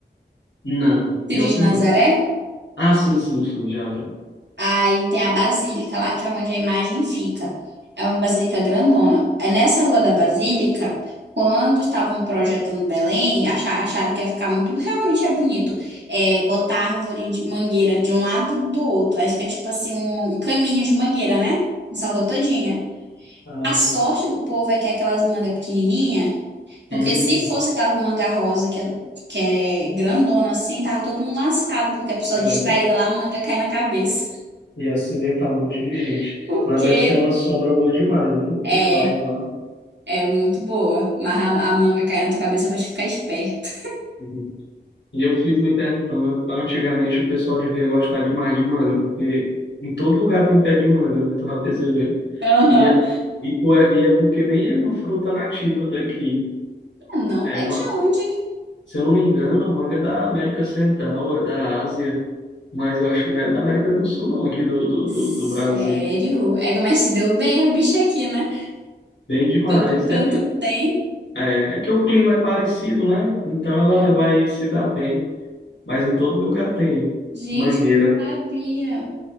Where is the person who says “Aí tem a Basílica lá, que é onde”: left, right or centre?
Right